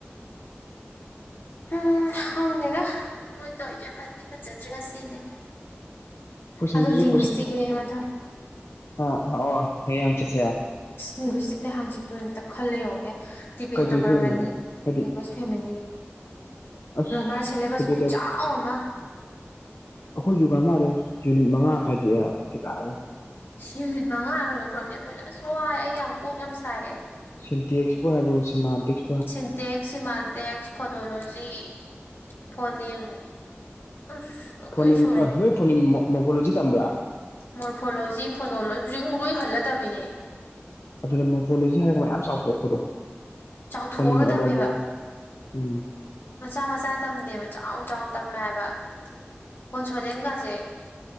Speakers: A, on the left; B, on the left.
A: ꯎꯝ ꯍꯪꯗꯦꯗ ꯃꯣꯏ ꯇꯧꯔꯤꯁꯦ ꯐꯗꯤ ꯐꯖꯗ꯭ꯔꯒ ꯉꯥꯁꯤꯁꯦ
B: ꯀꯣꯏꯁꯟꯗꯨꯁꯨ
A: ꯑꯗꯣ ꯂꯤꯡꯒꯨꯏꯁꯇꯤꯛ ꯃꯊꯪ
B: ꯑ ꯑꯣ ꯍꯥꯌꯦꯡ ꯍꯪꯆꯨꯏ ꯁꯦ
A: ꯂꯦꯡꯒ꯭ꯋꯦꯁꯇꯤꯛꯅꯦꯍꯥꯡꯆꯤꯠꯇꯣ ꯑꯝꯛꯇ ꯈꯜꯂ ꯌꯦꯉꯅꯦ ꯇꯤꯕꯦ
B: ꯀꯩꯀꯩ
A: ꯇꯣꯕꯔꯃꯦꯟꯦꯡ
B: ꯊꯣꯛꯏꯅꯣ ꯍꯥꯏꯗꯤ
A: ꯐꯦꯃꯤꯂꯤ
B: ꯑꯁ
A: ꯒ꯭ꯔꯃꯥꯔ ꯁꯤꯂꯦꯕꯁ
B: ꯇꯤꯕꯦꯇꯕ
A: ꯈꯨꯠꯆꯥꯎ ꯑꯃ
B: ꯑꯩꯈꯣꯖꯨ ꯨꯒꯥꯔ ꯃꯥꯥꯗꯦ ꯌꯨꯅꯤꯠ ꯃꯉꯥ ꯈꯥꯏꯗꯣꯛꯑꯦ ꯁꯦ ꯀꯥꯏꯑꯦ
A: ꯌꯨꯅꯤꯠ ꯃꯉꯥ ꯀꯩꯅꯣ ꯁꯣꯝꯅꯤ ꯑꯩꯈꯣꯏ ꯑꯁ ꯋꯥꯏ ꯑꯩ ꯌꯥꯝ ꯀꯣꯛ ꯌꯥꯝ ꯁꯥꯏ ꯑꯩ
B: ꯁꯤꯇꯦꯛꯁꯄꯣ ꯍꯥꯏꯕꯣ semantics
A: syntax semantics phonology phoneme ꯑꯁ
B: ꯐꯣꯟꯅꯤꯝ
A: ꯂꯣꯏ ꯁꯨꯔꯦ
B: ꯑ ꯅꯣꯏ ꯐꯣꯟꯅꯤꯝ ꯃꯣꯕꯣꯂꯣꯖꯤ ꯇꯝꯕ꯭ꯔꯥ
A: ꯃꯣꯔꯐꯣꯂꯣꯖꯤ ꯐꯣꯅꯣꯂꯣꯖꯤ ꯍꯧꯖꯤꯛ ꯑꯃꯨꯛ ꯂꯣꯏ ꯍꯜꯂ ꯇꯝꯃꯤꯅꯦ
B: ꯑꯗꯨꯅ ꯃꯣꯐꯣꯂꯦꯖꯤ ꯍꯥꯏꯔꯒ ꯃꯌꯥꯝ ꯆꯥꯎꯊꯣꯛꯄꯗꯣ
A: ꯆꯥꯎꯊꯣꯛꯑꯒ
B: ꯐꯣꯅꯤꯝ ꯑꯦꯂꯣꯃꯣ
A: ꯇꯝꯃꯦꯕ
B: ꯎꯝ
A: ꯃꯆꯥ ꯃꯆꯥ ꯇꯝꯗꯦꯕ ꯆꯥꯎ ꯆꯥꯎꯅ ꯇꯝꯃꯦꯕ ꯀꯣꯟꯁꯅꯦꯟ ꯀꯖꯦ